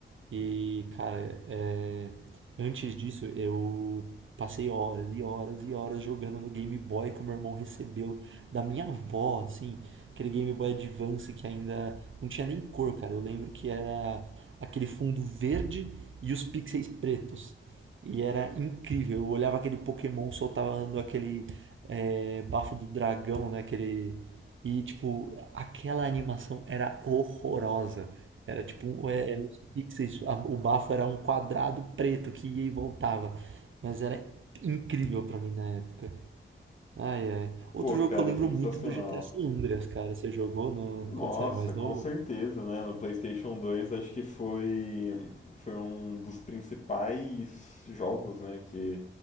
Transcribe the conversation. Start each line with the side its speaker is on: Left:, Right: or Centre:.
Right: E, cara, é, antes disso eu passei horas e horas e horas jogando no Game Boy que o meu irmão recebeu da minha avó, assim, aquele Game Boy Advance que ainda não tinha nem cor, cara. Eu lembro que era aquele fundo verde e os pixels pretos. E era incrível. Eu olhava aquele Pokémon soltando aquele é, bafo do dragão, né? Aquele... E, tipo, aquela animação era horrorosa. Era tipo, um, é, eram uns pixels, a- o bafo era um quadrado preto que ia e voltava. Mas era incrível pra mim na época. Ai, ai. Outro
Left: Pô,
Right: jogo
Left: cara,
Right: que eu lembro
Left: sensacional.
Right: muito é do GTA San Andreas, cara. Você jogou no...
Left: Nossa,
Right: quando você era mais
Left: com
Right: novo?
Left: certeza, né? No PlayStation 2 acho que foi, foi um dos principais jogos, né, que,